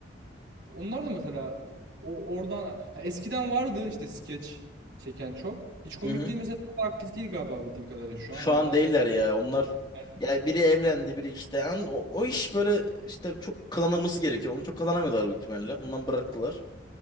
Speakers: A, on the right (about 70°); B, on the left (about 25°).
A: onlar da mesela o, oradan ha, eskiden vardı işte skeç çeken çok. Hiç komik
B: hı. hı.
A: değil mesela aktif değil galiba bildiğim kadarıyla şu
B: Şu
A: an. Yani
B: an
A: O kadar
B: değiller ya. Onlar
A: yani
B: ya biri evlendi, biri işte. Yani o, o iş böyle işte çok kazanılması gerekiyor. Onu çok kazanamıyorlar büyük ihtimalle. Ondan bıraktılar.